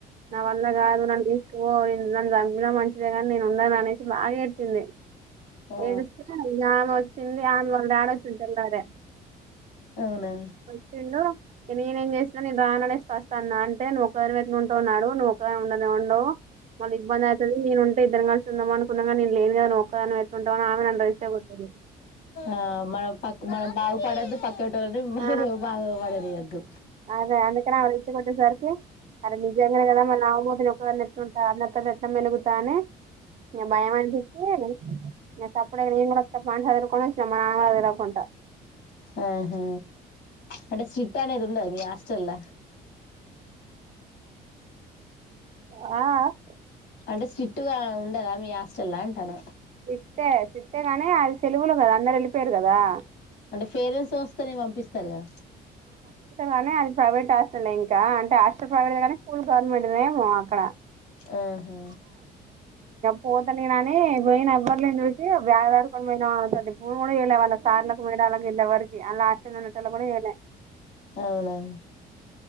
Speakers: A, on the right (about 45°); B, on the left (about 80°).
A: నా వల్ల గాదు నన్ దీస్కోపో నేన్ నన్ జంపిన మంచిదే గాని నేను ఉండననేసి బాగా ఏడ్చింది.
B: ఆ
A: ఏడిస్తే ఆమె వచ్చింది ఆమె వాళ్ళ డాడి వచ్చిండు తెల్లారే
B: అవునా
A: వచ్చిండు నేనేం జెసిన నేను రాననేస్ ఫస్ట్ అన్నా అంటే నువ్వు ఒక దానివే ఎట్ల ఉంటవ్ నడువ్ నువ్వు ఒక్కదానివే ఉండు అంటే ఉండవు మళ్ళి ఇబ్బంది అయితది నేను ఉంటే ఇద్దరం గల్సి ఉందాం అనుకున్నా గాని నేన్ లేనుగా నువ్వు. ఒక్కదానివె ఎట్ల ఉంటవ్ అని ఆమె నన్ను రెచ్చగొట్టింది
B: ఆహ్ మనం పక్కు మనం బాగు పడొద్దు పక్కింటో
A: ఆ
B: బాగు పడద్ ఒరియద్దు
A: అదే అందుకని ఆమె రెచ్చ గొట్టేసరికి అరె నిజంగనే గదా మళ్ళ ఆమె బోతె నేన్ ఒక దాన్నే ఎట్లుంటా అన్న అందరితోని ఎట్లా మెలుగుతా అని ఇగ భయం అనిపించి ఇగ సప్పుడు జేయగుండ నేన గూడ వత్త పా సదురుకొని వచ్చినం మా నాన్న గూడ తెల్వకుంటా.
B: హ్మ్ హు అంటే స్ట్రీట్ అనేది ఉండద్ మీ హాస్టల్ల
A: అఆహ్హ్
B: అంటే స్ట్రిట్‌గా ఉండదా మీ హాస్టల్ అంటాన
A: సిట్టే సిట్టే గాని అది సెలవులు గదా అందరు ఎళ్ళిపోయారు గదా
B: అంటే ఫేరెన్స్ వస్తానే పంపిస్తారుగా
A: గానీ అది ప్రైవేట్ హస్టలే ఇంకా అంటే హాస్టల్ ప్రైవేట్దె గాని స్కూల్ గవర్మెంట్దెమో అక్కడ
B: హ్మ్ హు
A: పోతనేననీ పోయినా ఎవ్వరు లేనిది బ్యాగ్స్ సదురుకొని పోయినా సార్లక్ ఫోన్ గూడా జెయలే సార్లకు పోయిన అలాగ ఎళ్ళె వరక్ ఆల్ల హాస్టల్ లో ఉండేటోళ్ళు గూడా చేయలే
B: అవునా